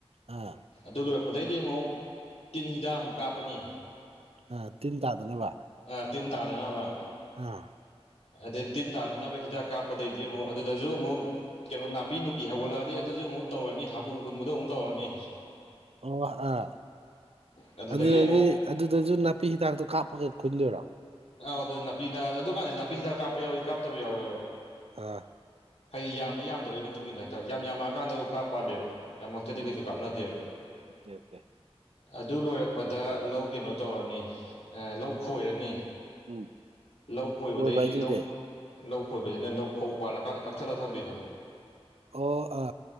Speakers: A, on the right; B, on the left.
A: ꯑꯥ
B: ꯑꯗꯨ ꯂꯣꯏꯔꯛꯄꯗꯩꯗꯤ ꯑꯃꯨꯛ ꯇꯤꯟ ꯍꯤꯗꯥꯛ ꯑꯃꯨꯛ ꯀꯥꯞꯄꯅꯤ
A: ꯑ ꯇꯤꯟ ꯇꯥꯗꯅꯕ
B: ꯑ ꯇꯤꯟ ꯇꯥꯗꯅꯕ
A: ꯑꯥ
B: ꯑꯗꯩ ꯇꯤꯟ ꯇꯥꯗꯅꯕ ꯍꯤꯗꯥꯛ ꯀꯥꯞꯄꯗꯩꯗꯤ ꯑꯃꯨꯛ ꯑꯗꯨꯗꯁꯨ ꯑꯃꯨꯛ ꯀꯩꯅꯣ ꯅꯥꯄꯤ ꯅꯨꯄꯤ ꯍꯧꯒꯠꯂꯛꯑꯗꯤ ꯑꯗꯨꯁꯨ ꯑꯃꯨꯛ ꯇꯧꯔꯅꯤ ꯍꯥꯄꯨ ꯈꯨꯟꯕꯗꯣ ꯑꯃꯨꯛ ꯇꯧꯔꯅꯤ
A: ꯑꯣ ꯑꯥ
B: ꯑꯗꯨꯗꯒꯤ
A: ꯑꯗꯨꯗꯤ
B: ꯑꯃꯨꯛ
A: ꯑꯗꯨꯗꯁꯨ ꯅꯥꯄꯤ ꯍꯤꯗꯥꯛꯇꯣ ꯀꯥꯞꯄꯒ ꯈꯨꯟꯗꯣꯏꯔꯣ
B: ꯑꯥꯎ ꯑꯗꯨ ꯅꯥꯄꯤꯅ ꯑꯗꯨꯀꯥꯟꯗ ꯅꯥꯄꯤꯁꯤꯗ ꯀꯥꯞꯄ ꯌꯥꯎꯋꯏ ꯀꯥꯞꯇꯕ ꯌꯥꯎꯋꯦ
A: ꯑ
B: ꯍꯩ ꯌꯥꯝꯕ ꯌꯥꯝꯗꯕꯒꯤ ꯃꯇꯨꯡ ꯏꯟꯅ ꯍꯥꯏꯇꯥꯔꯦ ꯌꯥꯝꯃꯛꯑꯀꯥꯟꯗꯕꯨ ꯀꯥꯞꯄꯛꯅꯦꯕ ꯌꯥꯝꯃꯛꯇꯗꯤ
A: ꯑꯣ
B: ꯀꯩꯁꯨ ꯀꯥꯞꯅꯗꯦꯕ
A: ꯑꯣꯀꯦ ꯑꯣꯀꯦ
B: ꯑꯗꯨ ꯂꯣꯏꯔꯛꯄꯗ ꯂꯧ ꯀꯩꯅꯣ ꯇꯧꯔꯅꯤ ꯂꯧ ꯈꯣꯏꯔꯅꯤ
A: ꯎꯝ
B: ꯂꯧ ꯈꯣꯏꯕꯗꯩꯗꯤ
A: ꯀꯣꯏꯕ ꯍꯥꯏꯁꯤꯅ
B: ꯂꯧ
A: ꯀꯩ
B: ꯂꯧ ꯈꯣꯏꯕꯁꯤꯅ ꯂꯧ ꯐꯧ ꯄꯥꯜꯂꯀꯥꯟꯗ ꯀꯛꯊꯠꯂꯒ ꯊꯝꯕꯤꯗꯣ
A: ꯑꯣ ꯑ